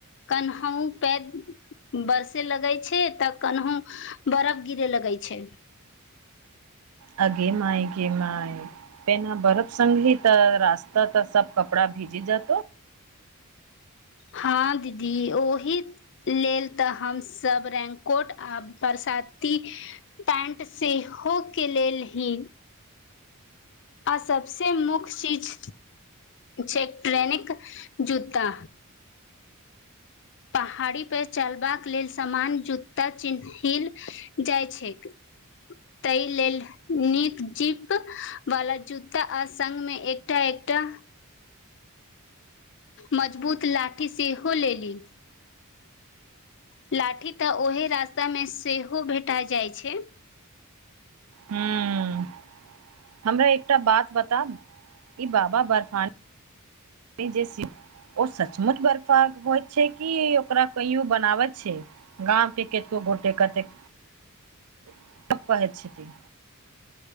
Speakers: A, on the left (about 55°); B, on the right (about 85°).
A: कनहु पै बरसे लगै छै तऽ कनहु बरफ गिरे लगै छै
B: आ गे माइ गे माइ त एना बरफ संगी तऽ रास्ता तऽ सब कपड़ा भीजी जेतो।
A: हाॅं दीदी ओहि लेल तऽ हमसब रैनकोट आ बरसाती पैंट सेहो के लेल ही आ सबसे मुख्य चीज छै ट्रेनिक जूता। पहाड़ी पर चलबाक लेल समान जूता चिन्हील जाइ छैक तै लेल नीक जीप वाला जूता आ संग मे एकटा- एकटा मजबूत लाठी सेहो लेली। लाठी तऽ ओहे रास्ता मे सेहो भेटा जाइ छै।
B: हूँ हमरा एकटा बात बताब ई बाबा बर्फानी में जे शिव ओ सचमुच बर्फाक होइ छै कि ओकरा कइयो बनाबत छै? गाम के केत को गोटे कते
A: <inaudible>
B: <unintelligible> छथिन